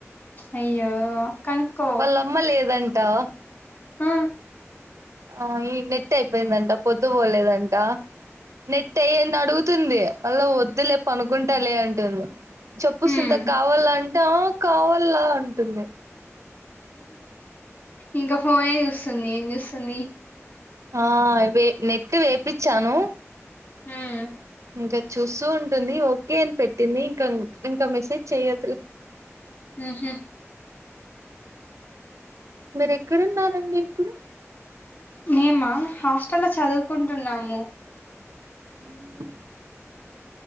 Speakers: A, on the left (about 40°); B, on the right (about 80°).
A: అయ్యో కనుక్కో
B: వాళ్ళ అమ్మ లేదంటా
A: ఆ
B: ఆ ఈ నెట్ అయిపోయిందంట పొద్దు పోలేదంట నెట్ ఏయండి అడుగుతుంది మళ్ళా వద్దులే పనుకుంటా లే అంటుంది చెప్పు
A: హ్మ్
B: సుంతా కావాల అంటే కావాల అంటుంది
A: ఇంగ ఫోనే చూస్తుంది ఏం చూస్తుంది
B: ఆ వే నెట్ వేపిచ్చాను
A: హ్మ్
B: ఇంకా చూస్తూ ఉంటుంది ఓకే అని పెట్టింది ఇంకా ఇంకా మెసేజ్ చేయదు లే
A: హ్మ్ హు
B: మీరు ఎక్కడున్నారండి ఇప్పుడు
A: మేము హాస్టల్ లో చదువుకుంటున్నాము
B: ఉ